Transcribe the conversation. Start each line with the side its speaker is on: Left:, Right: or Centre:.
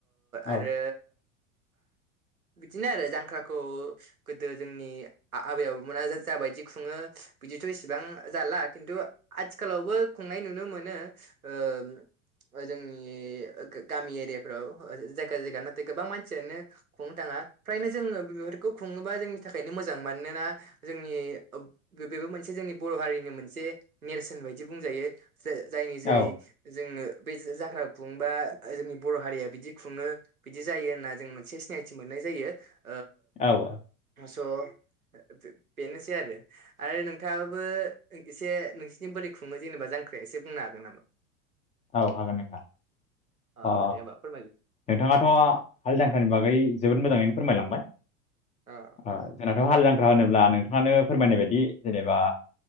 Left: औ
Right: आरो
Left: <inaudible>
Right: बिदिनो आरो जांख्राखौ गोदो जोंनि आ-आबै आबौमोना जाबायदि खुङो बिदि थ' इसेबां जाला खिन्थु आथिखालावबो खुंनाय नुनो मोनो ओ जोंनि गा-गामि एरियाफ्राव जायगा जायगा नाथाय गोबां मानसियानो खुंनो थाङा फ्रायनो जोङो बेफोरखौ खुङोबा जोंनि थाखायनो मोजां । मानोना जोंनि <unintelligible> मोनसे जोंनि बर' हारिनि मोनसे नेरसोन बायदि बुंजायो । जा-जायनि जेरै
Left: औ
Right: जोङो बे जांख्राखौ खुंबा जोंनि बर' हारिया बिदि खुङो बिदि जायो होनना जों मोनसे सिनायथि मोननाय जायो ।
Left: औ औ
Right: स' बे-बेनोसै आरो । आरो नोंथाङाबो एसे नोंसोरनि बोरै खुङो जेनेबा जांख्राया एसे बुंनो हागोन नामा?
Left: औ हागोन नोंथां ।
Right: अ
Left: ओ
Right: दे होमबा फोरमायलाय
Left: नोंथाङाथ' हाल जांख्रानि बागै जोबोद मोजाङैनो फोरमायलांबाय ।
Right: अ
Left: ओ जोंनाथ' हाल जांख्रा होनोब्ला नोंथाङानो फोरमायनाय बायदि जेनेबा